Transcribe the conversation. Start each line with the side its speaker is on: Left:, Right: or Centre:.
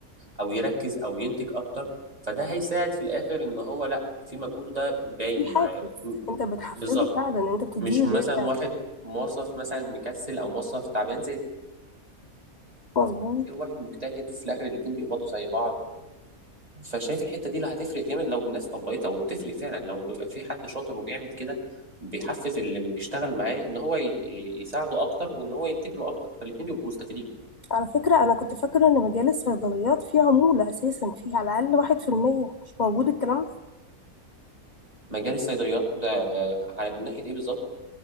Right: او يركز او ينتج اكتر فده هيساعد في الاخر ان هو لا في مجهوده ده باين
Left: في حافز
Right: معاه م-
Left: انت بتحفزه
Right: بالظبط
Left: فعلا انت بتديله
Right: مش مثلا
Left: دافع
Right: واحد موظف مثلا مكسل او موظف تعبان زي
Left: مظبوط
Right: واحد مجتهد في الاخر الاتنين بيقبضوا زي بعض فشايف الحته دي اللي هتفرق جامد لو الناس طبقتها وبتفرق فعلا لو في حد شاطر وبيعمل كده بيحفز اللي بيشتغل معاه ان هو ي- يساعده اكتر وان هو ينتج له اكتر فالاتنين بيبقوا مستفيدين
Left: على فكرة انا كنت فاكرة ان مجال الصيدليات فيه عمولة اساسا فيه على الاقل واحد في المية مش موجود الكلام ده
Right: مجال الصيدليات ده آه، على من ناحيه ايه بالظبط